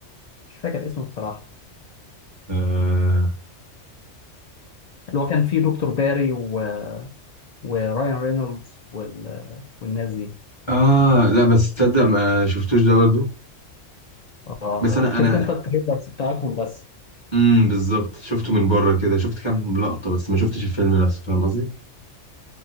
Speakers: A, on the left; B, on the left.
A: مش فاكر اسمه بصراحة
B: آه...
A: اللي هو كان فيه دكتور باري و... وراين رينولدز وال... والناس دي
B: اه لا بس تصدق ما شفتوش ده برضو
A: اه
B: بس ما
A: شفت
B: انا
A: انت
B: انا
A: التريلرز بتاعتهم بس
B: امم بالظبط شفته من بره كده شفت كام لقطة بس ما شفتش الفيلم نفسه فاهم قصدي